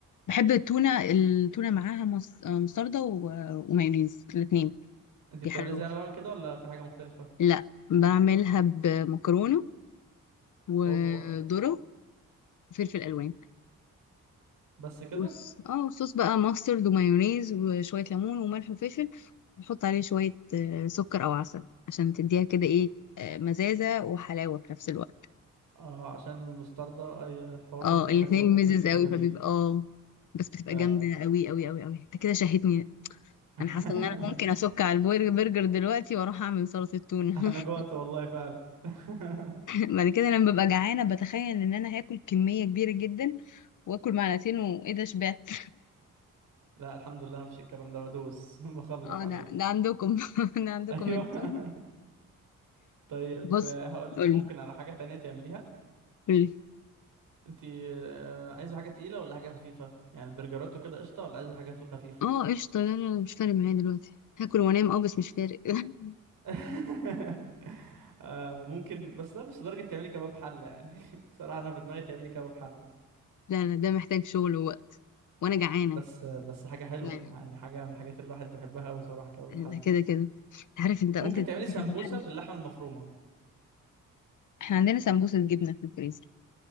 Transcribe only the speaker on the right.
انت بتعملها
زي انا بعمل كده ولا في حاجة مختلفة
هوبا
بس كده
اه عشان المستردة اي الحوار
ده بيبقى
حلو قوي
الميكس
ده جميل
فعلا
<laughs>
انا جوعت
والله فعلا <laughs>
لا الحمد لله مفيش الكلام ده بدوس <laughs> بخلص
عليه
ايوه
<laughs> طيب
هقول
لك ممكن على حاجه تانية تعمليها
انت آه، عايزه حاجه تقيله ولا حاجه خفيفه يعني برجرات وكده قشطه ولا عايزه حاجه في الخفيف
<laughs> آه، ممكن بس لا مش لدرجه تعملي كباب حله يعني <laughs> صراحه انا في دماغي تعملي كباب حله
بس بس حاجه حلوه
يعني حاجه من الحاجات اللي الواحد بيحبها قوي صراحه كباب
الحله
ممكن
تعملي سمبوسه
باللحمه المفرومه